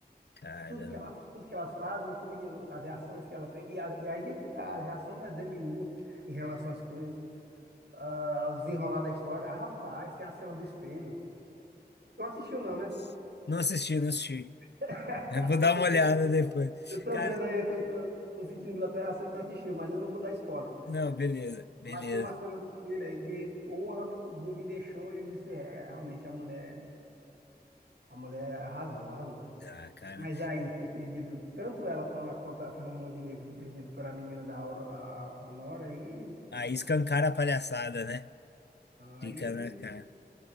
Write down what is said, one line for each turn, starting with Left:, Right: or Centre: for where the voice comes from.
Left: Caramba.
Right: Tudo que ela, tudo que elas fazem, tudo que as reações que ela tem. E, a- e aí é que tá a reação da Demi Moore em relação às coisas, ah, ao desenrolar da história. Ah, rapaz, tem a cena do espelho. Não assistiu, não,
Left: Putz.
Right: né?
Left: Não assisti, não assisti.
Right: <laughs>
Left: É, Vou dar
Right: É que
Left: uma
Right: eu
Left: olhada
Right: tô,
Left: depois.
Right: eu tô
Left: Cara,
Right: vendo aí, eu tô, tô, tô sentindo pela tua reação que tu não assistiu, mas eu não vou dar spoiler.
Left: não, beleza, beleza.
Right: Mas tem uma cena do espelho aí que, porra, de- me deixou e eu disse, é, realmente a mulher, a mulher arrasou, arrasou.
Left: Ah, cara.
Right: Mas aí ter perdido tanto ela como a- quanto a, Fernanda Montenegro ter perdido para a menina da Auro- a, a Nora aí, pô,
Left: Aí escancara a palhaçada, né? Fica
Right: aí
Left: na cara.